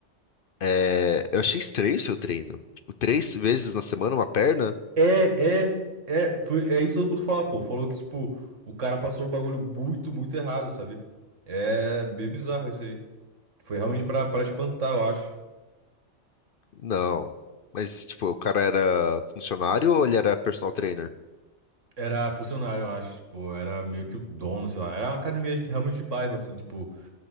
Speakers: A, on the left; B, on the right.
A: é... eu achei estranho o seu treino. Tipo, três vezes na semana, uma perna?
B: É, é, é. Foi, é isso que todo mundo fala, pô. Falou que, tipo, o cara passou o bagulho muito, muito errado, sabe? É meio bizarro isso aí. Foi realmente pra, pra espantar, eu acho.
A: Não. Mas, tipo, o cara era funcionário ou ele era personal trainer?
B: Era funcionário, eu acho, tipo, era meio que o dono, sei lá. Era uma academia de- realmente de bairro, assim, tipo.